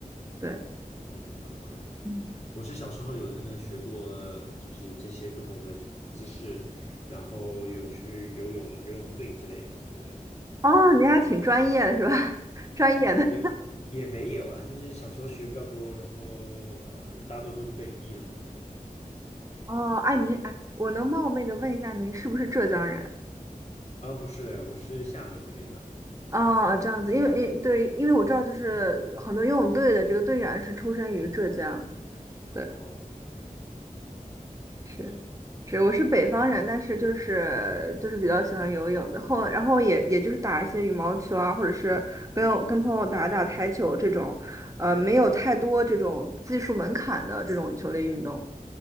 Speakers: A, on the right (about 20°); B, on the left (about 50°).
A: 对，
B: 有嗯嗯，了解。
A: 嗯，
B: 我是小时候有那个学过，就是这些不同的姿势，然后有去游泳、游泳队之类的，对对，
A: 哦，您还挺专业的是吧？<laughs> 专业的。<laughs>
B: 也也没有啊，就是小时候学比较多，然后呃，大多都是被逼的嘛，对。
A: 哦，哎，您哎，我能冒昧的问一下，您是不是浙江人？
B: 啊，不是，我是厦门这边的。
A: 哦，这样子，因为因为对，因为我知道，就是很多游泳队的这个队员是出生于浙江。
B: 哦，
A: 对，是，
B: 是。
A: 是，我是北方人，但是就是就是比较喜欢游泳的，后然后也也就是打一些羽毛球啊，或者是跟友跟朋友打打台球这种，呃，没有太多这种技术门槛的这种球类运动。